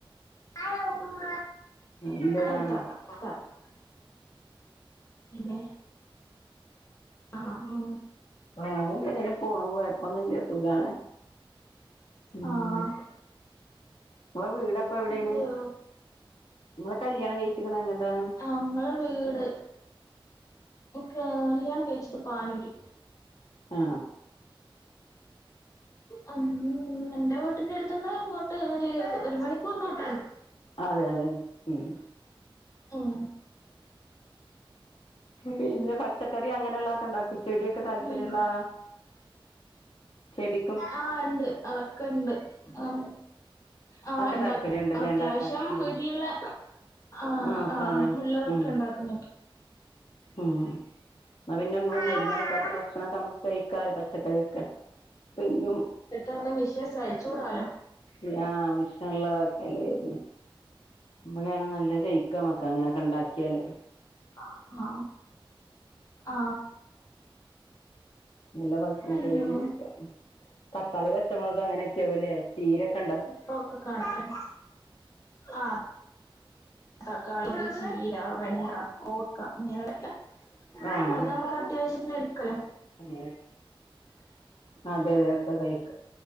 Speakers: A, on the left; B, on the left.
A: ആഹ്
B: നല്ലതാണ്
A: <unintelligible> പിന്നെ ആ ആ
B: വേറെന്താ ഇങ്ങെനെ പോണൂ കൊയ്പൊന്നുല്ല സുഖാണ് ഉം
A: ആഹ്
B: ങ്ങളെ വീടപ്പെവിടേണ്
A: അയ്യോ
B: ങ്ങളെ കല്ല്യാണം കെയ്ച്ച്ക്ക്ണെങ്ങട്ടാണ്
A: ആ ങ്‌ മ്മളെ വീട് കാല്ല്യാണം കഴിച്ചത് പാനൂര്
B: ആ
A: അം ന്റെ വീട്ടിന്റട്ത്ത്ന്ന് ഇങ്ങോട്ട് ഒരു ഒരു മണിക്കൂർ ഓട്ടോണ്ട്
B: അതെയതെ ഉം
A: ഉം
B: പിന്നെ പച്ചക്കറി അങ്ങനള്ള ക്കണ്ടാക്കൊ ചെടിയൊക്കെ താല്പര്യള്ളാളാ
A: പിന്നെ
B: ചെടി
A: ആ ണ്ട് അതൊക്കെ ണ്ട് ആ ആ
B: അതൊക്കെ
A: ണ്ടാക്കും
B: താല്പര്യം ഉണ്ടല്ലേ
A: അത്യാവശ്യം
B: ഉണ്ടാക്കാൻ ആഹ്
A: വീട്ടില്ള്ളെ ആ
B: ആഹ്
A: ആ
B: സാധനം
A: ള്ളതൊക്കെ
B: ഉം
A: ണ്ടാക്കുന്നു
B: ഉം ന്ന പിന്നെ
A: ഇണ്ടാക്കുന്നുണ്ട്
B: മ്മള് മര്ന്നടിക്കാത്ത ഭക്ഷണൊക്കമ്മ കഴിക്കാലൊ. പച് ച്ചക്കറിയൊക്കെ എന്നും
A: പെട്ടെന്ന് വിഷസ് അയച്ചുകൂടാലോ
B: ഇ ആ ശാല്ലാ <unintelligible> <unintelligible> ക്കെ മ്മക്ക അങ്ങനൊക്കെ ണ്ടാക്കിയാല്
A: അ ഹാ ആ
B: നല്ല ഭക്ഷണെക്കെ
A: അയ്യോ
B: <unintelligible> തക്കാളി പച്ചമൊളക് അങ്ങനൊക്കെവുല്ലേ ചീരേക്കെണ്ടോ
A: പ്പൊക്കെ കണക്റ്റൻ ആ തക്കാളി ചീരാ വെണ്ട കൂർക്ക ഇങ്ങനോടൊക്കെ
B: ആഹ്
A: അത് നമ്മക്ക് അത്യാവശ്യത്തിന് എടുക്കല്ലോ
B: അങ്ങനെ അതെ അതെ ഒക്കെ കഴിക്കാം